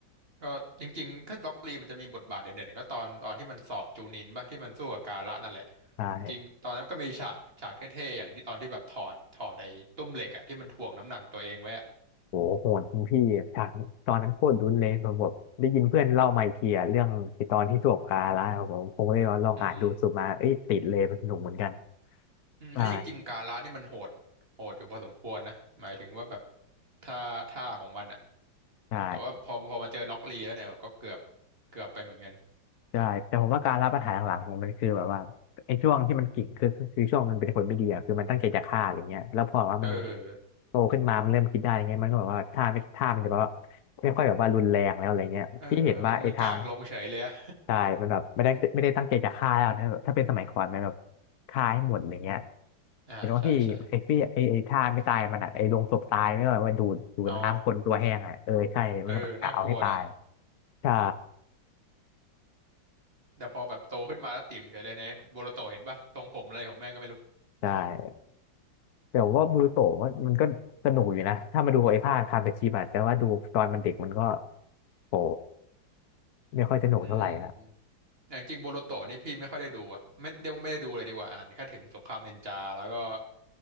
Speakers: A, on the right (about 30°); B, on the left (about 60°).
A: ก็จริงๆถ้าล็อกลีมันจะมีบทบาทเด่นๆก็ตอนตอนที่มันสอบจูนินป่ะที่มันสู้กับกาละนั่นแหละ
B: ใช่
A: จริงๆตอนนั้นก็มีฉากฉากเท่ๆอย่างที่ตอนที่แบบถอดถอดไอ้ตุ้มเหล็กอ่ะที่มันถ่วงน้ำหนักตัวเองไว้อ่ะ
B: โหโหดจริงพี่ฉากตอนนั้นโคตรลุ้นเลยผมแบบได้ยินเพื่อนเล่ามาอีกทีอะเรื่องไอตอนที่สวบกาละผมผมเลยว่าลองอ่านดูสุดมาเอ้ยติดเลยมันสนุกเหมือนกัน
A: อืม อืมไอ้ยจริงๆกาละนี่มันโหดโหดอยู่พอสมควรนะหมายถึงว่าแบบ
B: ใช่
A: ท่าท่าของมันอะ
B: ใช่
A: แต่ว่าพอพอมาเจอล็อกลีแล้วเนี่ยก็เกือบเกือบไปเหมือนกัน
B: ใช่แต่ผมว่าการรับปัญหาหลังๆของมันคือแบบว่าไอ้ช่วงที่มันกิ่งคือคือช่วงมันเป็นคนไม่ดีอะคือมันตั้งใจจะฆ่าอะไรเงี้ยแล้วพอว่ามัน
A: เออ
B: โตขึ้นมามันเริ่มคิดได้อย่างเงี้ยมันก็แบบว่าท่าไม่ท่ามันจะแบบว่าไม่ค่อยแบบว่ารุนแรงแล้วอะไรเงี้ยพี่เห็นว่าไอ้ทาง
A: เออมันมันกากลงเฉยเลยอะ
B: ใช่มันแบบไม่ได้ไม่ได้ตั้งใจจะฆ่าแล้วนะแบบถ้าเป็นสมัยก่อนมันแบบฆ่าให้หมดอย่างเงี้ย
A: <laughs> อ่าใช่ใช่
B: เห็นว่าพี่ไอ้พี่ไอ้ไอ้ท่าไม่ตายมันอะไอ้ลงศพตายไม่ว่าว่าดูดดูดน้ำคนตัวแห้งอะเออใช่มันต้องกะเอาให้ตาย
A: อ๋อเออน่ากลัวนะ
B: ใช่
A: แต่พอแบบโตขึ้นมาแล้วติ่มเฉยเลยในโบโลโตเห็นป่ะทรงผมอะไรของแม่งก็ไม่รู้
B: ใช่ แต่ว่าบูโตะว่ามันก็สนุกอยู่นะถ้ามาดูไอ้ภาคคาเฟชิบะแต่ว่าดูตอนมันเด็กมันก็โหไม่ค่อยสนุกเท่าไหร่ครับ
A: อืมอย่างจริงโบโลโตนี่พี่ไม่ค่อยได้ดูอะไม่เดียวาไม่ได้ดูเลยดีกว่าอ่านแค่ถึงสงครามนินจาแล้วก็